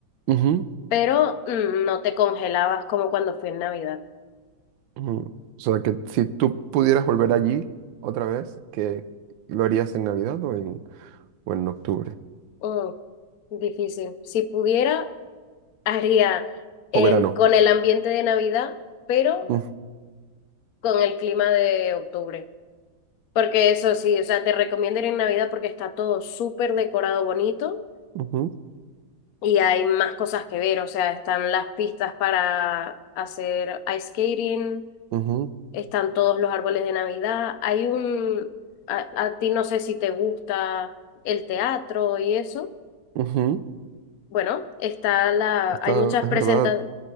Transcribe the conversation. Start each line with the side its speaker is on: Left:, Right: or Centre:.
Right: ujú,
Left: pero mm, no te congelabas como cuando fui en Navidad.
Right: ujú. O sea, que si tú pudieras volver allí otra vez, ¿qué lo harías en Navidad o en, o en octubre?
Left: Mm, difícil. Si pudiera, <laughs> haría en,
Right: O verano.
Left: con el ambiente de Navidad, pero
Right: Mm,
Left: con el clima de octubre. Porque eso sí, o sea, te recomiendo ir en Navidad porque está todo súper decorado bonito
Right: ujú,
Left: Y hay más cosas que ver, o sea, están las pistas para hacer ice skating,
Right: ujú,
Left: están todos los árboles de Navidad, hay un... A, a ti no sé si te gusta el teatro y eso.
Right: ujú.
Left: Bueno, está la...
Right: Está,
Left: Hay muchas
Right: es
Left: presenta-
Right: verdad,